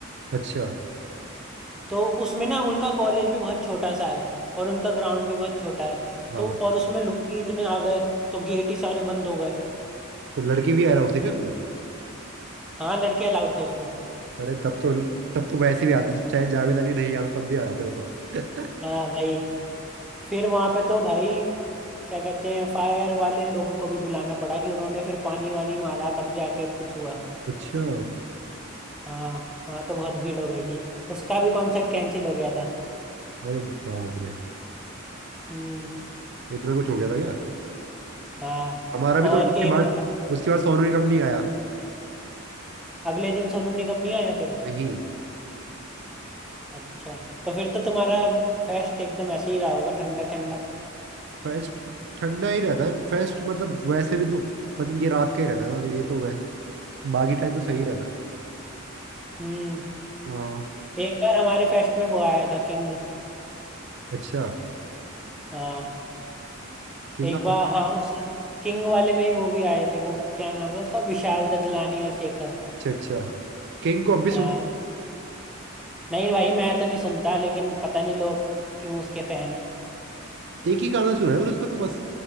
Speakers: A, on the right; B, in the centre.
A: अच्छा
B: तो उसमें ना उनका कॉलेज भी बहुत छोटा सा है और उनका ग्राउंड भी बहुत छोटा है
A: हाँ
B: तो और उसमें लोग ही इतने आ गए तो गेट ही सारे बंद हो गए
A: तो लड़के भी अलाउड थे क्या उसमें
B: हाँ लड़के अलाउड थे उसमें
A: अरे तब तो तब तो वैसे भी आते चाहे जावेद अली नहीं आता तब भी आ जाते हो तो
B: हाँ
A: <laughs>
B: भाई फिर वहां पे तो भाई क्या कहते हैं फायर वाले लोगों को भी बुलाना पड़ा कि उन्होंने फिर पानी वानी मारा तब जाके कुछ हुआ
A: अच्छा
B: हाँ वहां तो बहुत भीड़ हो गई थी उसका भी कॉन्सर्ट कैंसिल हो गया था
A: अरे बाप रे
B: हम्म
A: इतना कुछ हो गया था क्या
B: हाँ
A: हमारा भी तो
B: और
A: उसके
B: एक
A: बाद उसके बाद सोनू निगम नहीं आया
B: अगले दिन सोनू निगम नहीं आया फिर
A: नहीं
B: अच्छा तो फिर तो तुम्हारा फेस्ट एकदम ऐसे ही रहा होगा ठंडा ठंडा
A: फेस्ट ठंडा ही रहता है फेस्ट मतलब वैसे भी तो मतलब ये रात का ही रहता है ना तो ये तो वै बाकी टाइम तो सही रहता है
B: हम्म
A: हाँ
B: एक बार हमारे फेस्ट में वो आया था किंग
A: अच्छा
B: हाँ
A: किंग
B: एक बार हाँ उस किंग वाले में ही वो भी आए थे वो क्या नाम है उसका विशाल ददलानी और शेखर
A: अच्छा अच्छा किंग को अब भी सुन
B: हाँ नहीं भाई मैं तो नहीं सुनता लेकिन पता नहीं लोग क्यों उसके फैन है
A: एक ही गाना सुना है मैंने उसका तो बस